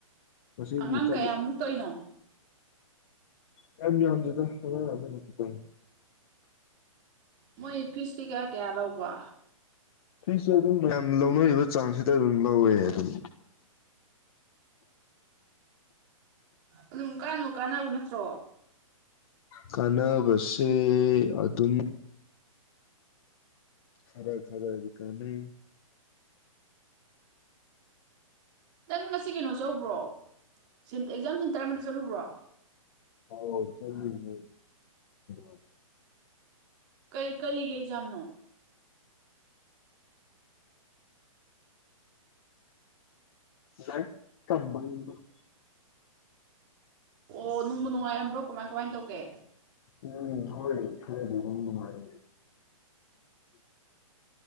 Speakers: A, on the left (about 45°); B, on the right (about 35°).
A: ꯉꯁꯤꯒꯤ
B: ꯑꯉꯥꯡ
A: ꯆꯠꯂꯨ
B: ꯀꯌꯥꯃꯨꯛ ꯇꯧꯔꯤꯅꯣ
A: ꯌꯥꯝ ꯌꯥꯗꯦꯗ ꯑꯉꯥꯡ ꯑꯃꯥ ꯑꯅꯤ ꯈꯛꯇꯅꯤ
B: ꯃꯣꯏ ꯐꯤꯁꯇꯤ ꯀꯥ ꯀꯌꯥ ꯂꯧꯕ
A: ꯐꯤꯁꯦ ꯑꯗꯨꯝ ꯃꯌꯥꯝ ꯂꯧꯅꯔꯤꯕ ꯆꯥꯡꯁꯤꯗ ꯑꯗꯨꯝ ꯂꯧꯋꯦ ꯑꯗꯨꯝ
B: ꯑꯗꯨꯝ ꯀꯥꯟꯕꯨ ꯀꯥꯟꯅꯕ ꯅꯠꯇ꯭ꯔꯣ
A: ꯀꯥꯟꯅꯕꯁꯦ ꯑꯗꯨꯝ ꯈꯔ ꯈꯔꯗꯤ ꯀꯥꯟꯅꯩ
B: ꯅꯪ ꯉꯁꯤ ꯀꯩꯅꯣ ꯆꯧꯕ꯭ꯔꯣ ꯁꯦꯟ ꯑꯦꯛꯖꯥꯝ ꯁꯦꯟ ꯇꯔꯝꯗ ꯆꯠꯂꯨꯕ꯭ꯔꯣ
A: ꯑꯎ ꯆꯠꯂꯨꯏꯌꯦ <inaudible>
B: ꯀꯔꯤ ꯀꯔꯤꯒꯤ ꯑꯦꯛꯖꯥꯝꯅꯣ
A: ꯂꯥꯏꯔꯤꯛ ꯇꯝꯕꯩꯅꯤꯗ <inaudible>
B: ꯑꯣ ꯅꯨꯡꯕꯨ ꯅꯨꯡꯉꯥꯏꯔꯝꯕ꯭ꯔꯣ ꯀꯃꯥꯏ ꯀꯃꯥꯏꯅ ꯇꯧꯒꯦ
A: ꯎꯝ ꯊꯣꯛꯣꯏ ꯈꯔ ꯃꯥꯔ